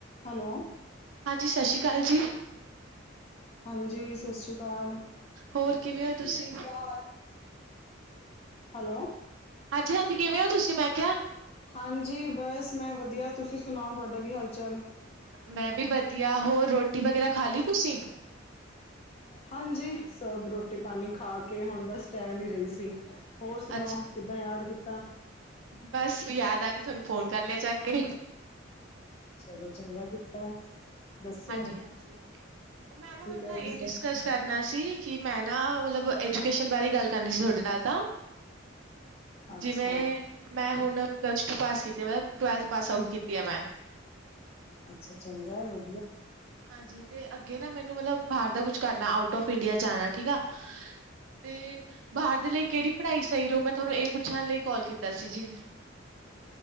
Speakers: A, on the left (about 30°); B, on the right (about 70°).
A: Hello!
B: ਹਾਂਜੀ, ਸਤਿ ਸ੍ਰੀ ਅਕਾਲ ਜੀ।
A: ਹਾਂਜੀ, ਸਤਿ ਸ਼੍ਰੀ ਅਕਾਲ
B: ਹੋਰ ਕਿਵੇਂ
A: ਸਤਿ
B: ਹੋ ਤੁਸੀਂ?
A: ਸ਼੍ਰੀ ਅਕਾਲ, ਹੈਲੋ।
B: ਹਾਂਜੀ-ਹਾਂਜੀ, ਕਿਵੇਂ ਹੋ ਤੁਸੀਂ? ਮੈਂ ਕਿਹਾ।
A: ਹਾਂਜੀ, ਬਸ ਮੈਂ ਵਧੀਆ। ਤੁਸੀਂ ਸੁਣਾਓ, ਤੁਹਾਡਾ ਕੀ ਹਾਲ-ਚਾਲ?
B: ਮੈਂ ਵੀ ਵਧੀਆ, ਹੋਰ, ਰੋਟੀ-ਵਗੈਰਾ ਖਾ ਲਈ ਤੁਸੀਂ?
A: ਹਾਂਜੀ, ਸਬ ਰੋਟੀ-ਪਾਣੀ ਖਾ ਕੇ ਹੁਣ ਬਸ ਟਹਿਲ ਹੀ ਰਹੇ ਸੀ। ਹੋਰ ਸੁਣਾਓ,
B: ਅੱਛਾ,
A: ਕਿੱਦਾਂ ਯਾਦ ਕੀਤਾ?
B: ਬਸ, ਯਾਦ ਆ ਗਈ ਤੁਹਾਨੂੰ ਫੋਨ ਕਰ ਲਿਆ ਚੱਕ ਕੇ।
A: ਚਲੋ, ਚੰਗਾ ਕੀਤਾ। ਦੱਸੋ
B: ਹਾਂਜੀ-ਹਾਂਜੀ, ਮੈਂ ਤੁਹਾਡੇ
A: ਕੀ ਕਹਿ
B: ਨਾਲ
A: ਰਹੇ
B: ਇਹ
A: ਸੀ
B: ਡਿਸਕਸ ਕਰਨਾ ਸੀ ਕਿ ਮੈ ਨਾ, ਮਤਲਬ ਐਜੂਕੇਸ਼ਨ ਬਾਰੇ ਗੱਲ ਕਰਨੀ ਸੀ ਤੁਹਾਡੇ ਨਾਲ ਤਾਂ।
A: ਅੱਛਾ
B: ਜਿਵੇਂ ਮੈਂ ਹੁਣ ਮੈਂ ਪਲੱਸ ਟੂ ਪਾਸ ਕੀਤੀ ਵੇ। ਟਵੈਲਥ ਪਾਸ-ਆਊਟ ਕੀਤੀ ਹੈ ਮੈਂ।
A: ਅੱਛਾ ਚੰਗਾ ਹੈ ਵਧੀ।
B: ਹਾਂਜੀ। ਤੇ ਅੱਗੇ ਨਾ, ਮੈਨੂੰ ਮਤਲਬ ਬਾਹਰ ਦਾ ਕੁਝ ਕਰਨਾ, ਆਊਟ ਆਫ ਇੰਡੀਆ ਜਾਣਾ। ਠੀਕ ਆ। ਤੇ ਬਾਹਰ ਦੇ ਲਈ ਕਿਹੜੀ ਪੜ੍ਹਾਈ ਸਹੀ ਰਹੂ? ਮੈਂ ਤੁਹਾਨੂੰ ਇਹ ਪੁੱਛਣ ਲਈ ਕੋਲ ਕੀਤੀ ਸੀ ਜੀ। <inaudible>